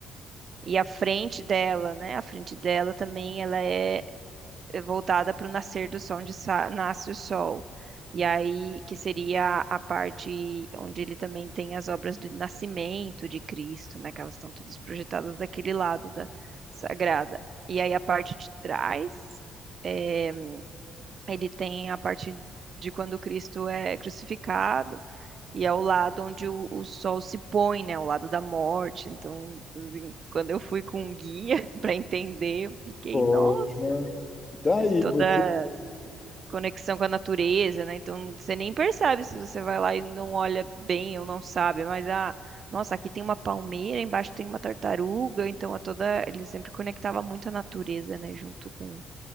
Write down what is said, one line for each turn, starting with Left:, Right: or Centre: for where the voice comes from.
Right: e a frente dela, né? A frente dela também ela é eh, voltada para o nascer do sol, onde sa- nasce o sol. E aí, que seria a parte onde ele também tem as obras do nascimento de Cristo, né? Que elas estão todas projetadas daquele lado da sagrada. E aí, a parte de trás, eh, ele tem a parte de quando Cristo é crucificado, e é o lado onde o, o sol se põe, né? O lado da morte. Então, assim, quando eu fui com um guia <laughs> para entender, eu fiquei,
Left: Poxa,
Right: nossa!
Left: tá
Right: E
Left: aí,
Right: toda
Left: você.
Right: conexão com a natureza, né? Então você nem percebe se você vai lá e não olha bem ou não sabe, mas ah, nossa, aqui tem uma palmeira, embaixo tem uma tartaruga, então a toda ele sempre conectava muito a natureza, né, junto com